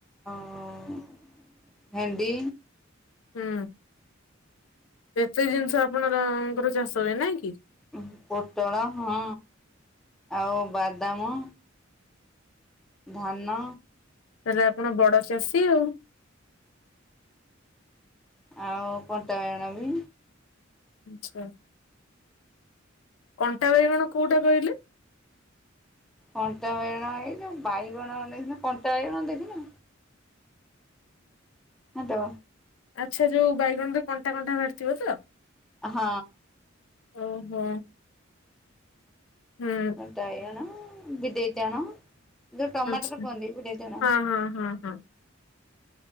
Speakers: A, in the centre; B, on the left.
A: ହଁ-ଅ ଭେଣ୍ଡି
B: ହୁଁ। ଏତେ ଜିନିଷ ଆପଣରଙ୍କର ଚାଷ ହୁଏ ନାଇଁ କି?
A: ଉଁ ପୋଟଳ ହଁ, ଆଉ ବାଦାମ ଧାନ
B: ତାଏଲେ ଆପଣ ବଡ ଚାଷୀ ଆଉ।
A: ଆଉ କଣ୍ଟା ବାଇଗଣ ବି
B: ଆଚ୍ଛା। କଣ୍ଟା ବାଇଗଣ କୋଉଟା କହିଲେ?
A: କଣ୍ଟା ବାଇଗଣ ଏଇ ଯୋଉ ବାଇଗଣ ଦେଖିନ, କଣ୍ଟା ବାଇଗଣ ଦେଖିନ? ହଁ ତ।
B: ଆଚ୍ଛା। ଯୋଉ ବାଇଗଣରେ କଣ୍ଟା କଣ୍ଟା ବାହାରିଥିବ ତ?
A: ହଁ।
B: ଓହୋ। ହୁଁ
A: କଣ୍ଟା ବାଇଗଣ, ବିଦେଇ ଟାଣ ଯୋଉ ଟମାଟର
B: ଆଚ୍ଛା
A: କୁହନ୍ତି, ବିଦେଇ ଟାଣ
B: ହଁ ହଁ ହଁ ହଁ